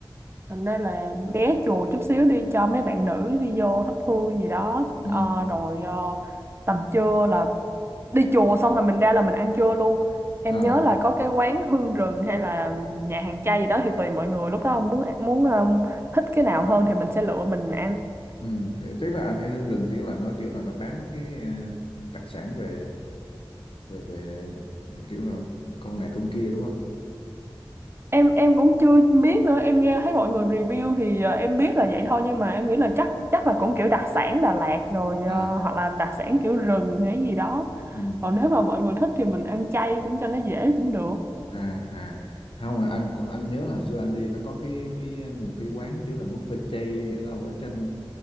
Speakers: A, on the right; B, on the left.
A: thành ra là ghé chùa chút xíu đi cho mấy bạn nữ đi vô thắp hương gì đó
B: ừ
A: Ờ, rồi ờ, tầm trưa là đi chùa xong rồi mình ra là mình ăn trưa luôn em
B: à
A: nhớ là có cái quán hương rừng hay là nhà hàng chay gì đó thì tùy mọi người lúc đó muốn muốn ờ, thích cái nào hơn thì mình sẽ lựa mình ăn
B: ừ Thế- tức là anh ấy Hương Rừng chỉ là nó kiểu là nó bán mấy cái ờ, đặc sản về về về kiểu là con này con kia đúng không
A: em em cũng chưa biết nữa em nghe thấy mọi người review thì ờ, em biết là vậy thôi nhưng mà em nghĩ là chắc chắc là cũng kiểu đặc sản Đà Lạt rồi ờ,
B: à
A: hoặc là đặc sản kiểu rừng hay gì đó
B: ừ
A: còn nếu mà mọi người thích thì mình ăn chay cũng cho nó dễ cũng được
B: à à không mà anh anh nhớ là hồi xưa anh đi nó có cái cái một cái quán kiểu là buffet chay đâu ở trên